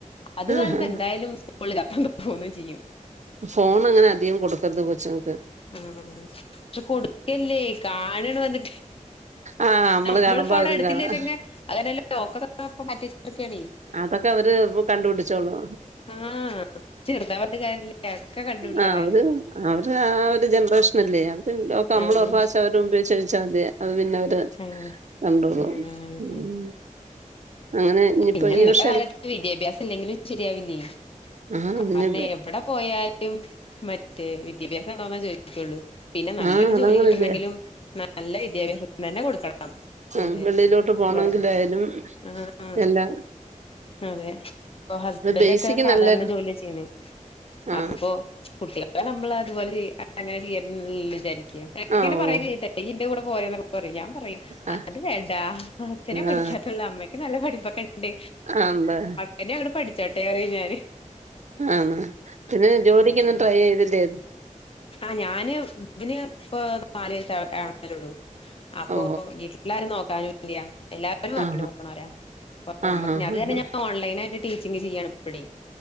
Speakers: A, on the left; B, on the right.
A: അത്
B: ആഹ്
A: കാണുമ്പോ എന്തായാലും സ്കൂളിൽ അത്ത <unintelligible> പോ ചെയ്യും
B: ഫോൺ അങ്ങനെ അധികം കൊടുക്കരുത് കൊച്ങ്ങ
A: ഉ പക്ഷെ കൊടുക്കല്ലേ കാണാണ് വന്നിട്ട്
B: ആഹ് നമ്മള്
A: നമ്മളിപ്പോ
B: കാണുമ്പോ
A: അവിടെ
B: അവരും
A: എടുത്തില്ലേച്ചങ്ങ
B: കാണും
A: അവര്ലോക്കൊക്കെ മാറ്റിച്ചിക്കാണെ
B: അതൊക്കെ അവര് കണ്ടുപിടിച്ചോളൂ
A: ആഹ് ചെറുതാ പറഞ്ഞിട്ട് കാര്യല്ല ഒക്കെ കണ്ടുപിടിക്കാറായിരുന്നു
B: ആഹ അവര് അവര് ആ ഒരു ജനറേഷനല്ലേ അവര് ഒക്കെ നമ്മള്
A: ആഹ്
B: പ്രാവശ്യം അവരുമ്പിയച്ച് കഴിച്ചാമതി അത്, പിന്നെ, അവര്
A: അതെ
B: കണ്ടുളും.
A: ആഹ്
B: ഉം അങ്ങനെ, ഇനിപ്പോ
A: പിന്നെ ഇന്നത്തെ
B: ഈ വർഷം.
A: കാലത്ത് വിദ്യാഭ്യാസം ഇല്ലെങ്കിലും ശരിയാവില്ലേ?
B: ആ
A: കാരണം
B: പിന്നെ
A: എവിടെ പോയാലും, മ റ്റേ വിദ്യാഭ്യാസം ഉണ്ടോന്ന ചോദിച്ചിക്കുള്ളൂ. പിന്നെ, നല്ലൊരു
B: ആ അതങ്ങനല്ലേ
A: ജോലി കിട്ടണെങ്കിലും നല്ല വിദ്യാഭ്യാസ തന്നെ കൊടുക്കണം.
B: ഉം
A: അതെ
B: വെളിയിലോട്ട് പോണെങ്കിലായാലും
A: വെറതെ, ആഹ്
B: എല്ലാം
A: അതെ, ഇപ്പൊ, ഹസ്ബൻഡ
B: ബേസിക്
A: ഒക്കെ സാധാരണ
B: നല്ല
A: ജോലിയ ചെയ്യണെ.
B: ആ
A: അപ്പൊ, കുട്ടിക നമ്മള് അതു പോലെ ചെയ്യ. അങ്ങന ചെയ്യ വിചാരിക്ക. എനിക്
B: ആ
A: തന്നെ പറയൻ
B: ഓ
A: കയ്യട്ടെ ഈയ് എന്റെ കൂടെ. പോയ ന്നൊക്കെ പറയും. ഞാൻ. പറയും,
B: ആ
A: അത് വേണ്ടാ, അച്ഛനെ പഠിക്കാത്തുള്ള.
B: ആ
A: അമ്മയ്ക്ക് നല്ല പഠിപ്പൊക്കെ ണ്ട്.
B: ആഹ്, തെ
A: തന്നെ അങ്ങ് പഠിച്ചോട്ടെറിയും, ഞാന്
B: ആണോ, പിന്നെ ജോലിക്കോന്നും
A: ആഹ്
B: ട്രൈ ചെയ്തില്ലേ?
A: ആഹ്, ഞാന്, ഇതിന് ഇപ്പ നാല് വയസ് ആവുന്നെ ള്ളൂ. അപ്പൊ,
B: ഓ
A: വീട്ടിലാരും നോക്കാനും ല്യ, എല്ലാ രും വർക്കിന്
B: ആ ആ
A: പോണോരാ.
B: ആ ആ
A: നമ്മക്ക്
B: ആ
A: അത് കാരണം
B: ആ
A: ഞാൻ ഓൺലൈനായിട്ട് ടീച്ചിങ് ചെയ്യാണ്. പ്പടി,